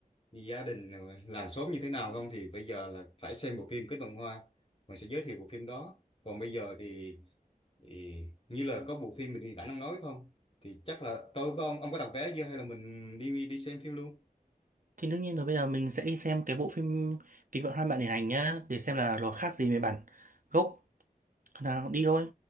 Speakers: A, on the left; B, on the right.
A: gia đình rồi làng xóm như thế nào không thì bây giờ là phải xem bộ phim Kết Vòng Hoa mình sẽ giới thiệu bộ phim đó còn bây giờ thì, thì như là có bộ phim mình đi ảnh ông nói không thì chắc là tôi với ông ông có đặt vé chưa hay là mình đi đi xem phim luôn
B: Thì đương nhiên rồi bây giờ mình sẽ đi xem cái bộ phim Kính vạn hoa bạn điện ảnh nhá để xem là nó khác gì với bản gốc. Nào đi thôi.